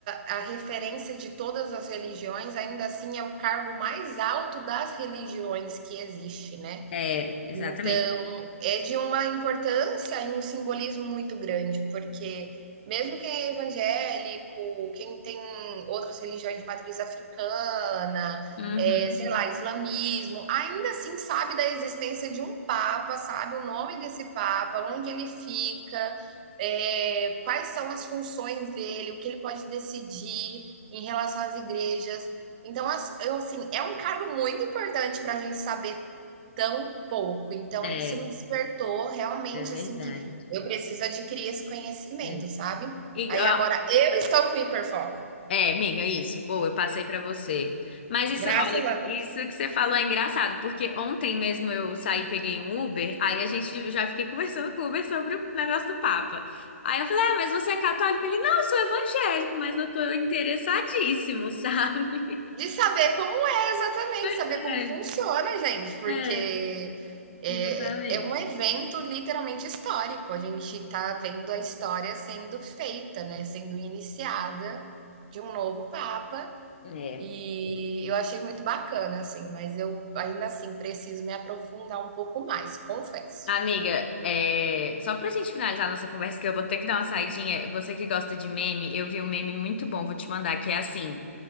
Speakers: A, on the right; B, on the left.
A: a referência de todas as religiões, ainda assim é o cargo mais alto das religiões que existe, né?
B: É, exatamente.
A: Então, é de uma importância e um simbolismo muito grande, porque mesmo quem é evangélico, quem tem outras religiões de matriz africana,
B: Uhum.
A: eh, sei lá, islamismo, ainda assim sabe da existência de um papa, sabe o nome desse papa, onde ele fica, eh, quais são as funções dele, o que ele pode decidir em relação às igrejas. Então, eu, assim, é um cargo muito importante para a gente saber Tão pouco, então
B: É,
A: isso me despertou realmente,
B: é verdade.
A: assim, que eu preciso adquirir esse conhecimento,
B: É.
A: sabe.
B: E,
A: Aí
B: ó,
A: agora eu estou com hiperfoco,
B: É, amiga, isso. Boa, eu passei pra você. Mas isso,
A: graças
B: olha,
A: a Deus.
B: isso que você falou é engraçado, porque ontem mesmo eu saí, e peguei um Uber, aí a gente já fiquei conversando com o Uber sobre o negócio do Papa. Aí eu falei, ah, mas você é católico? Ele, não, eu sou evangélico, mas eu tô interessadíssimo, sabe?
A: De
B: <laughs>
A: saber como é exatamente,
B: Pois
A: saber
B: é,
A: como funciona, gente, porque,
B: é,
A: é
B: exatamente.
A: é um evento literalmente histórico, a gente está vendo a história sendo feita, né, sendo iniciada de um novo papa
B: É.
A: E eu achei muito bacana, assim, mas eu ainda assim preciso me aprofundar um pouco mais, confesso.
B: Amiga, é... só pra gente finalizar nossa conversa, que eu vou ter que dar uma saidinha. Você que gosta de meme, eu vi um meme muito bom, vou te mandar, que é assim.